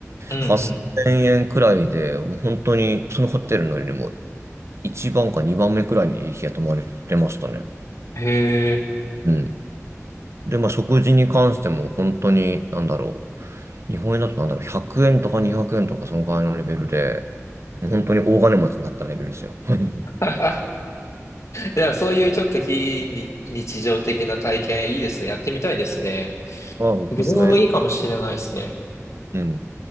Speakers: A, on the left (about 65°); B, on the right (about 55°).
A: うんう
B: 8000円くらいで、もう本当にそのホテルのよりも1番か2番目くらいにいい日が泊まれてましたね。
A: ん。へえ。
B: うん。で、まあ、食事に関しても本当に、なんだろう。日本円だとなんだろう、100円とか200円とかそのくらいのレベルで、もう本当に大金持ちになったレベルですよ。<laughs>
A: <laughs> いや、そういうちょっと非日日常的な体験いいですね。やってみたいですね。
B: まあ、おすすめです。
A: ベトナムいいかもしれないですね。
B: うん。